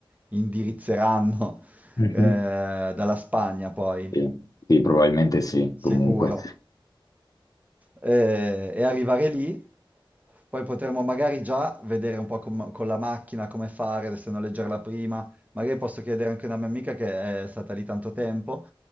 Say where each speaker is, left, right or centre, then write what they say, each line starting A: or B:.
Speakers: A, on the right; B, on the left.
A: indirizzeranno
B: Mhm.
A: eh, dalla Spagna poi,
B: Sì, Sì, probabilmente sì, comunque.
A: sicuro eh, e arrivare lì, poi potremo magari già vedere un po' com- con la macchina come fare, se noleggiarla prima, magari posso chiedere anche a una mia amica che è stata lì tanto tempo,